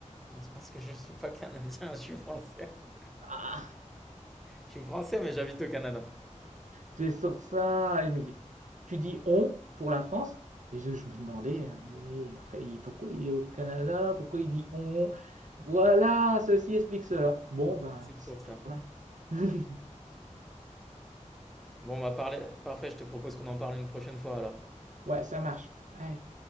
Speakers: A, in the centre; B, on the right.
A: C'est parce que je ne suis pas canadien, <laughs> je suis français.
B: Ah,
A: Je suis français, mais j'habite au Canada.
B: C'est sur ça. Et je me dis, tu dis on pour la France. Et je, je me demandais, euh, mais enfin, il- pourquoi il est au Canada? Pourquoi il dit on? Voilà, ceci explique cela. Bon, ben,
A: C'est
B: c'est
A: pour ça.
B: quand <laughs>
A: Bon, on va parler... Parfait, je te propose qu'on en parle une prochaine fois, alors.
B: Ouais, ça marche. Ouais.